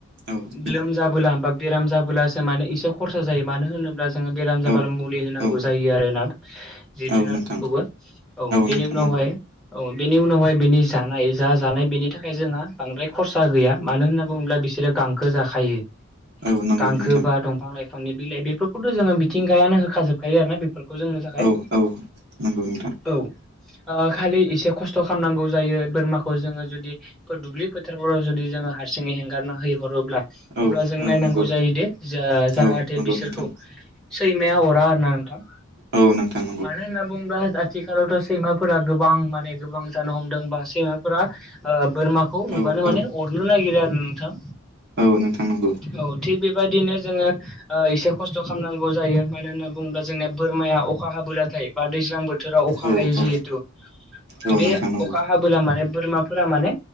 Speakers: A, on the right (about 55°); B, in the centre.
A: औ नंगौ
B: लोमजाबोला बा बेराम जाबोलासो माने एसे खरसा जायो। मानो होनोब्ला जोङो बेमार जाबालो
A: औ
B: मुलि होनांगौ
A: औ
B: जायो आरोना जिब जुनारफोरखौबो।
A: औ नोंथां
B: औ बेनि
A: नोंथां
B: उनाव
A: नंगौ
B: <unintelligible> औ बेनि उनावहाय बेनि जानाय जा जानाय बेनि थाखाय जोंहा बांद्राय खरसा गैया मानो होनना बुङोब्ला। बिसोरो गांखो जाखायो।
A: औ नंगौ
B: गांखो
A: नोंथां
B: बा दंफां लाइफांनि बिलाइ बेफोरखौथ' जोङो मिथिंगायानो होखाजोबखायो आरोना बेफोरखौ। खौ जोंनो थाखाय
A: औ औ नंगौ नोंथां
B: औ। ओ खालि एसे खस्थ' खालामनांगौ जायो बोरमाखौ जोङो जुदि दुब्लि फोथारफोराव जुदि। जोङो हारसिङै हेंगारना है हरोब्ला। अब्ला
A: औ
B: जों नायनांगौ
A: औ नंगौ
B: जायो दे जा जाहाथे
A: औ नंगौ
B: बिसोरखौ
A: नोंथां
B: सैमाया। अरा आरो ना नोंथां
A: औ नोंथां नंगौ
B: मानो होनना बुंङोबा। आथिखालावथ' सैमाफोरा गोबां माने गोबां जानो हमदों बा सैमाफोरा ओ बोरमाखौ नुबानो
A: औ
B: माने
A: औ
B: अरनो नागिरो आरो नोंथां।
A: औ नोंथां नोंगौ।
B: औ थिग बेबायदिनो जोङो ओ खस्थ' खालामनांगौ। जायो मानो होननानै बुङोबा जोंना बोरमाया अखा हाबोलाथाय बा दैज्लां बो। बोथोराव अखा
A: औ
B: हायो जिहेथु
A: औ औ
B: बे
A: नोंथां नंगौ
B: अखा हाबोला माने बोरमाफोरा माने।